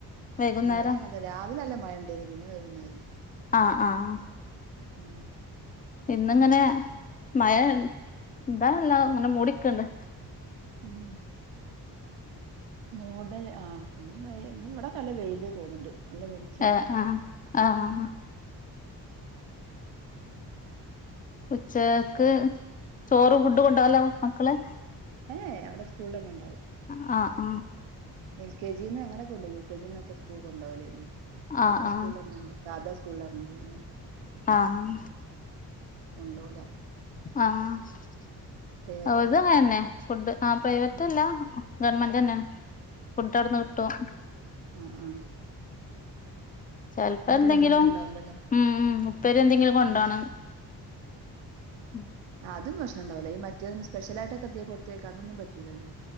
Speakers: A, on the left; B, on the right.
A: വൈകുന്നേരം
B: ഇന്നടി ഞങ്ങ രാവിലെ അല്ല മഴണ്ടേല് പിന്നെ വൈകുന്നേരം
A: ആഹ് ആഹ്
B: ഉം
A: ഇന്നിങ്ങനെ മയ ഇന്താല്ല അങ്ങനെ മൂടിക്കണ്ട്
B: ഉം മൂടല് ആ ഇും വ ഇന്നും ഇവിടെ നല്ല വെയില് തോന്നുന്നുണ്ട് നല്ല വെളിച്ചണ്ട്
A: ഏഹ് ആഹ് ആഹ് ഉച്ചക്ക് ചോറ് ഫുഡ് കൊണ്ടല്ലോ മക്കള്
B: ഏ അവിടെ സ്കൂളിലെല്ലാം ഉണ്ടാവും
A: ആഹ ആഹ
B: എൽ കെ ജി നിന്ന് അങ്ങനൊക്കെ ഉണ്ട് യു കെ ജിന്നൊക്കെ സ്കൂൾ കൊണ്ടാവലേ ഇനി
A: ആഹ്
B: ഇപ്പൊ സ്കൂളല്ലണ്ട് സാധ സ്കൂളാണ് പോയിന
A: ആഹ
B: കൊണ്ടപോല
A: ആഹ
B: പ്രൈവറ്റാ
A: ഇത്ങ്ങന്നെ ഫുഡ് ആ പ്രൈവറ്റ്
B: ഉം
A: അല്ല ഗവർമെന്റ് തന്നെയാണ് ഫുഡ് അടന്ന് കിട്ടുവോ
B: ആഹ ആഹ
A: ചെൽപ്പെന്തെങ്കിലും
B: ബുദ്ധിമുട്ടുണ്ടാവില്ലല്ലോ
A: ഉം ഉപ്പേരി എന്തെങ്കിലും കൊണ്ടോണം
B: ഉം
A: ഉം
B: ആ അത് പ്രശ്നണ്ടാവൂല ഈ മറ്റേതിന് സ്പെഷലായ്ട്ടൊക്കെ എന്തേ കൊടുത്തയ്ക്ക അതൊന്നും പറ്റൂല്ലോ